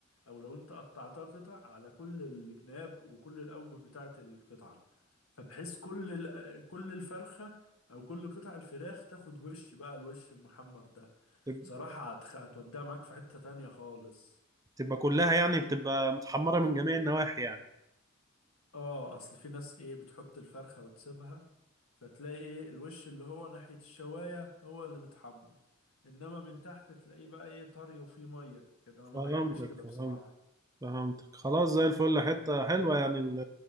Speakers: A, on the left; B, on the right.
A: او لو انت قطعتها قطع على كل الجناب وكل الاوجه بتاعه القطعه فبحيث كل ال- كل الفرخه او كل قطع الفراخ تاخد وش بقى الوش المحمر ده
B: تب-
A: بصراحه هتخ- هتوديها معاك في حته تانية خالص
B: تبقى كلها يعني بتبقى متحمرة من جميع النواحي يعني
A: اه اصل في ناس ايه بتحط الفرخه وتسيبها فتلاقي ايه الوش اللي هو ناحية الشواية هو اللي متحمر انما من تحت تلاقيه بقى ايه طري وفيه مية كده انا ما
B: فهمتك
A: بحبش كده
B: فهمتك
A: بصراحة
B: فهمتك خلاص زي الفل حتة حلوة يعني ال-